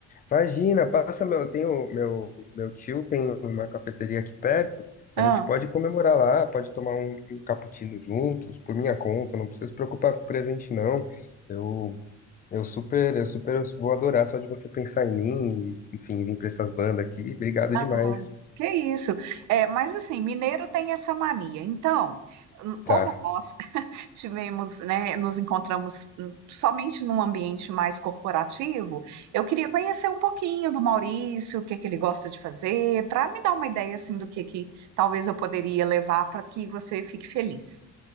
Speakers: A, on the left (about 30°); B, on the right (about 70°).
A: Imagina, passa meu, eu tenho meu meu tio tem uma cafeteria aqui perto. A
B: Ah,
A: gente pode comemorar lá, pode tomar um, um cappuccino juntos, por minha conta, não precisa se preocupar com presente não. Eu Eu super, eu super vou adorar só de você pensar em mim e, enfim, vir pra essas bandas aqui. Obrigado
B: ah,
A: demais.
B: que isso? É, mas, assim, mineiro tem essa mania. Então, hum, como
A: Tá.
B: nós tivemos, né, nos encontramos hum, somente num ambiente mais corporativo, eu queria conhecer um pouquinho do Maurício, o que que ele gosta de fazer, para me dar uma ideia assim do que que talvez eu poderia levar para que você fique feliz.